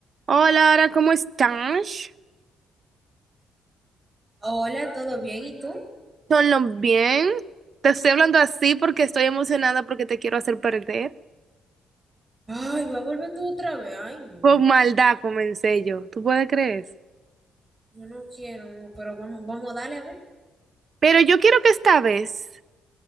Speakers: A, on the right (about 45°); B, on the right (about 25°).
A: Hola, Ara, ¿cómo estás?
B: Hola, ¿todo bien? ¿Y tú?
A: ¿Todo bien? Te estoy hablando así porque estoy emocionada porque te quiero hacer perder.
B: Ay, va a volver tú otra vez. Ay, no.
A: Con maldad comencé yo, ¿tú puedes creer?
B: Yo no quiero, no, pero vamos, vamos a darle a ver.
A: Pero yo quiero que esta vez